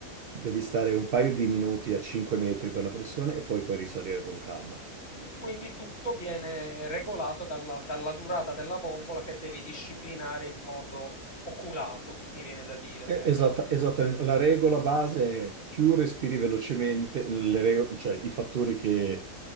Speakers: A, on the right; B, on the left.
A: Devi stare un paio di minuti a 5 metri per la pressione e poi puoi risalire con calma.
B: E Quindi tutto viene regolato dalla, dalla durata della bombola che devi disciplinare in modo oculato, mi viene da dire,
A: Eh,
B: per...
A: Esatta, esattamente. La regola base è più respiri velocemente, le rego- cioè i fattori che,